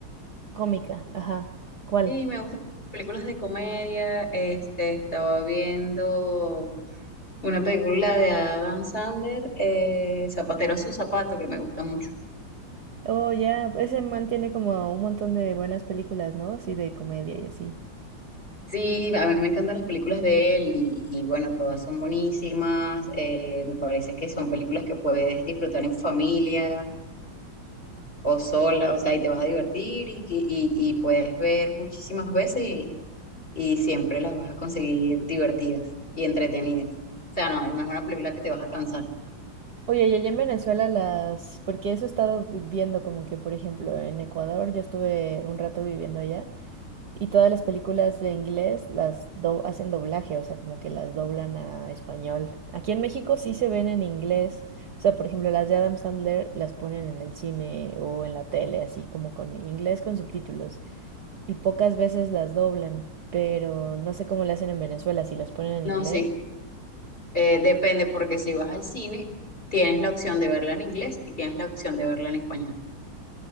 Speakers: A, on the right; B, on the left.
A: Cómica, ajá. ¿Cuál?
B: Sí, me gustan las películas de comedia. Este, estaba viendo una película de Adam Sandler, eh, Zapatero a su zapato, que me gusta mucho.
A: Oh, ya, ese man tiene como un montón de buenas películas, ¿no? Sí, de comedia y así.
B: Sí, a mí me encantan las películas de él y, y bueno, todas son buenísimas. Eh, me parece que son películas que puedes disfrutar en familia o sola, o sea, y te vas a divertir y, que- y, y puedes ver muchísimas veces y, y siempre las vas a conseguir divertidas y entretenidas. O sea, no, no es una película que te vas a cansar.
A: Oye, y allá en Venezuela las, porque eso he estado vi- viendo como que, por ejemplo, en Ecuador, yo estuve un rato viviendo allá. Y todas las películas de inglés las do- hacen doblaje, o sea, como que las doblan a español. Aquí en México sí se ven en inglés, o sea, por ejemplo, las de Adam Sandler las ponen en el cine o en la tele, así como con inglés con subtítulos, y pocas veces las doblan, pero no sé cómo le hacen en Venezuela, si las ponen en
B: No,
A: inglés.
B: sí, eh, depende porque si vas al cine, tienes la opción de verla en inglés y tienes la opción de verla en español.